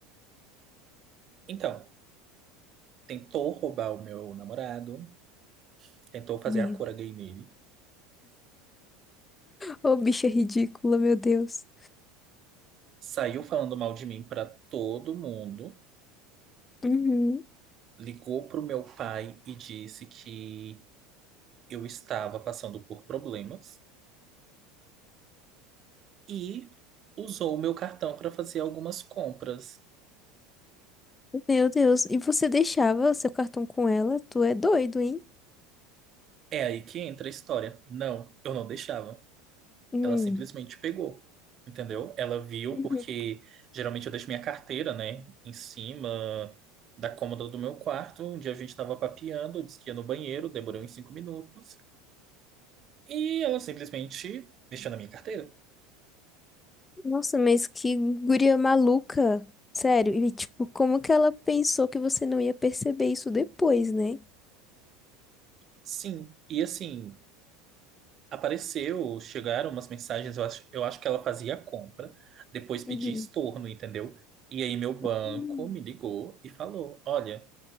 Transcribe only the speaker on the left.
Meu.
Ô, bicha ridícula, meu Deus.
Uhum.
Meu Deus. E você deixava seu cartão com ela? Tu é doido, hein?
Hum.
Uhum.
Nossa, mas que guria maluca. Sério. E, tipo, como que ela pensou que você não ia perceber isso depois, né?
Uhum.
Hum,